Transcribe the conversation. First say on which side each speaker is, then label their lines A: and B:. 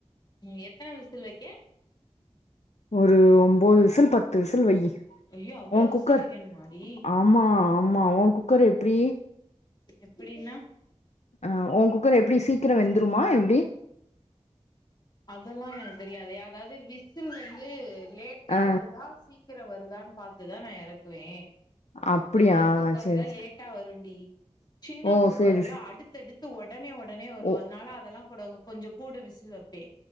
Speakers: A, on the left (about 40°); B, on the left (about 75°).
A: எ எத்தன விசில் வக்க
B: ஒரு ஒம்போது விசில் பத்து விசல் வையி
A: அய்யோ அவ்ளோ
B: ஓ
A: விசுல்
B: குக்கர்
A: வக்கனு மாடி
B: ஆமா ஆமா ஓ குக்கர் எப்டி
A: எப்டின்னா
B: ஆ ஓ குக்கர் எப்டி சீக்கிரோ வெந்துருமா எப்டி
A: அதெல்லா எனக்கு தெரியதே அதாவது விசில் வந்து லேட்டா
B: ஆ
A: வருதா சீக் கிறோ வருதான்னு பாத்து தா நா எறக்குவே
B: அப்டியா
A: பெரிய குக்கர்ல
B: சேரி சேரி
A: லேட் டா வருண்டி சின்ன
B: ஓ
A: குக்கர்ல
B: சேரி சே
A: அடுத்தடுத்து ஒட் ஒடனே ஒடனே வரு
B: ஓ
A: அதுனால அதெல்லா கூட கொஞ்சோ கூட விசில் வப்பே